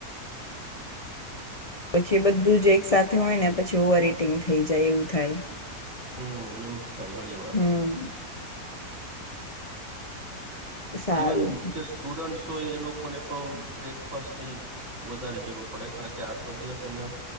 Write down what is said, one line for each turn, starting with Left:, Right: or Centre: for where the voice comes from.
Left: પછી બધું જ એક સાથે હોય, ને પછી ઓવર ઇટિંગ થઈ જાય એવું થાય.
Right: હું એવું જ થાય, ઘણીવાર.
Left: હમ સારું
Right: ઇવન જે સ્ટુડન્ટ્સ. તો એ લોકોને પણ બ્રેકફાસ્ટ ની વધારે જરૂર પડે, કારણ કે આખો દિવસ એમને.